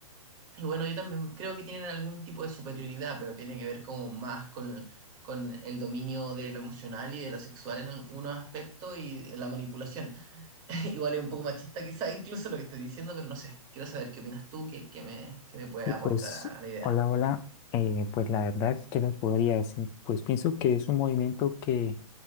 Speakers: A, on the right (about 25°); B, on the left (about 15°).
A: y, bueno, yo también creo que tienen algún tipo de superioridad, pero tiene que ver como más con, con el dominio de lo emocional y de lo sexual en algunos aspectos y la manipulación. <laughs> Igual es un poco machista quizá incluso lo que estoy diciendo, pero no sé, quiero saber qué opinas tú, qué, qué me, qué me puede
B: Y
A: aportar
B: pues,
A: a la idea.
B: hola, hola. Eh, pues la verdad, ¿qué les podría decir? Pues pienso que es un movimiento que